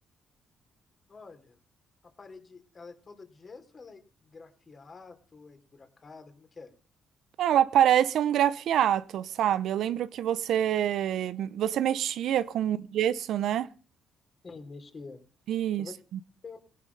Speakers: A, on the left (about 35°); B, on the right (about 75°).
A: Olha, a parede, ela é toda de gesso ou ela é grafiato, é esburacada, como que é?
B: Ela parece um grafiato, sabe? Eu lembro que você você mexia com gesso, né?
A: sim, mexia.
B: Isso,
A: Na verdade, eu,